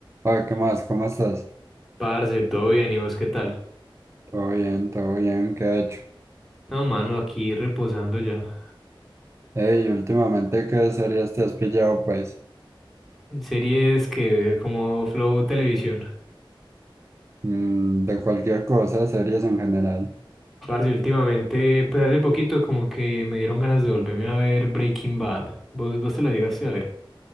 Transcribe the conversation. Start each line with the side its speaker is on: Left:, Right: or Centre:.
Right: Ah, ¿qué más? ¿Cómo estás?
Centre: Parce, todo bien, ¿y vos qué tal?
Right: Todo bien, todo bien, ¿qué ha hecho?
Centre: No, mano, aquí reposando ya.
Right: Ey, últimamente, ¿qué series te has pillado, pues?
Centre: Series que como Flow Televisión.
Right: Mm, de cualquier cosa, series en general.
Centre: Parce, últimamente, pues hace poquito como que me dieron ganas de volverme a ver Breaking Bad. ¿Vos, vos te la llegaste a ver?